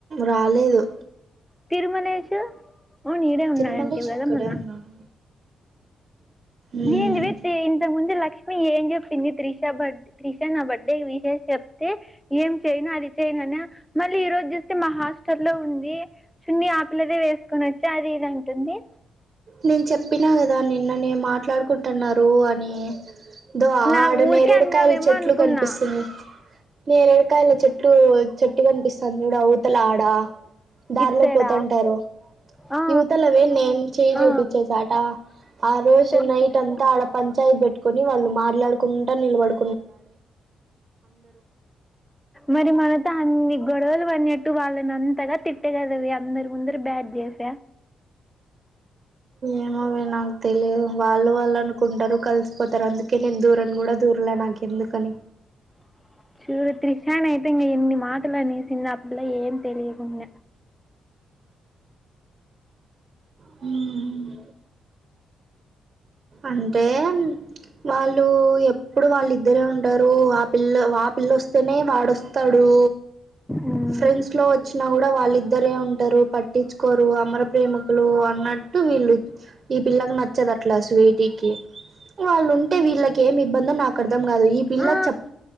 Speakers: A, on the right (about 45°); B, in the centre.
A: రాలేదు
B: తిరుమలేషు వూను ఈడే ఉన్నాడంటివి
A: తిరుమలేష్
B: కదా
A: ఇక్కడే
B: మొన్న
A: ఉన్నాడు మ్మ్
B: ఏంది వే తే ఇంతకు ముందే లక్ లక్ష్మి ఏం చెప్పింది త్రిష బర్ త్రిష నా బర్త్డే కి విషెస్ చెప్తే ఏం చేయను అది చె సనా మళ్ళీ ఈ రోజు జూస్తే మా హాస్టల్లో ఉన్ ఛీ చున్నీ ఆ పిల్లదే వేసుకొని వచ్చి అది ఇది అంటుంది
A: నేను చెప్పినా కదా నిన్న నెమాట్లాడుకుంటున్నారు అని దో
B: నా
A: ఆడు
B: ఊరికే
A: నేరేడుకాయల్
B: అన్నావేమో
A: చెట్లు
B: అనుకున్నా
A: కనిపిస్తుంది నేరేడుకాయల చెట్టు చెట్టుకనిపిస్తాంది చూడుఅవుతల ఆడ దారిలో
B: ఇట్ సైడా
A: పోతంటారు
B: ఆ
A: యువతలవే నేను
B: ఆ
A: చూపించాడట ఆ రోజు
B: తెలుసులే
A: నైట్ అంతా ఆడ పంచాయత్ పెట్టుకొని వాళ్ళు మాట్లాడుకుంటా నిలబడు
B: మరి మనతో అన్ని గొడవలు అనెట్టు వాళ్ళని అంతగా తిట్టే కద వె అందరి ముందర బ్యాడ్. చేస
A: ఏమోవే నాకు తెలిదు వాళ్ళు వాళ్ళు అనుకుంటారు కలిసిపోతారు అందుకే నేను దూరన్‌కూడా దూరన్‌ ఊర్ల నాకు ఎందుకని
B: అ చూడు త్రిషనైతే ఇంగ ఎన్ని మాటలు అనేసిందో ఆ పిల్ల ఏం తెలియకుండ
A: హ్మ్ అంటే వాళ్ళూ ఎప్పుడూ వాళ్ళిద్దరే ఉంటారు ఆ పిల్ల ఆ పిల్ల వస్తేనే వాడొస్తాడు
B: ఉమ్.
A: ఫ్రెండ్స్ లో వచ్చినా కూడా వాళ్ళిద్ద ఇద్దరే ఉంటారు పట్టించుకోరు అమర ప్రేమికులు అన్నట్టు వీళ్ళు ఈ పిల్లకు నచ్చదు అట్లా వీటికి వాళ్ళు ఉంటే వీళ్ళకి ఏమి ఇబ్బందో నాకు అర్థం కాదు ఈ పిల్ల
B: ఆ,
A: చెప్